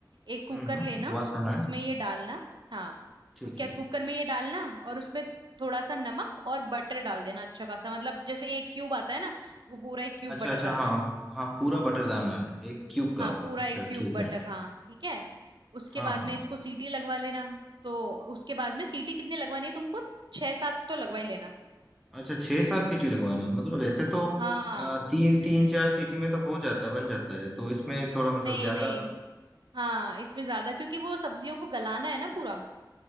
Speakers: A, on the right; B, in the centre.
A: एक कुकर
B: हम्म
A: लेना
B: वॉश करना
A: उसमें
B: है
A: ये डालना हाँ
B: ठीक
A: उसके
B: है
A: बाद कुकर में ये डालना और उसमें थोड़ा सा नमक और बटर डाल देना अच्छा खासा मतलब जैसे एक क्यूब आता है ना वो पूरा एक क्यूब
B: अच्छा
A: बटर
B: अच्छा
A: डाल
B: हाँ
A: देना
B: हाँ पूरा बटरदाना है एक क्यूब का
A: हाँ पूरा
B: अच्छा
A: एक क्यूब
B: ठीक
A: बटर
B: है
A: हाँ ठीक है उसके
B: हाँ
A: बाद
B: हाँ
A: में इसको सीटी लगवा लेना तो उसके बाद में सीटी कितनी लगवानी है तुमको छह सात तो लगवा ही लेना
B: अच्छा छह सात सीटी लगवानी है मतलब वैसे तो
A: हाँ
B: अ, तीन तीन चार सीटी में तो हो जाता है बन जाता है तो इसमें थोड़ा मतलब
A: नहीं
B: ज्यादा
A: नहीं हाँ इसमें ज्यादा क्योंकि वो सब्जियों को गलाना है ना पूरा